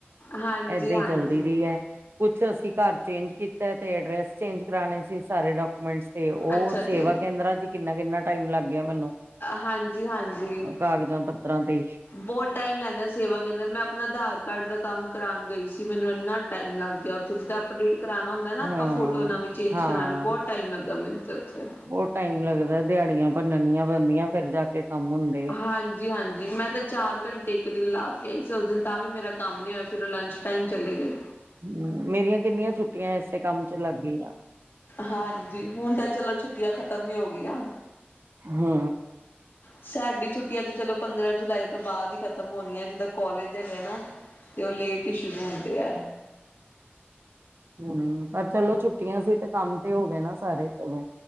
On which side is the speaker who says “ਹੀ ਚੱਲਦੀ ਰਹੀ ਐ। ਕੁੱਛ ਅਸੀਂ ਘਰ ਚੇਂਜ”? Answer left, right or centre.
Right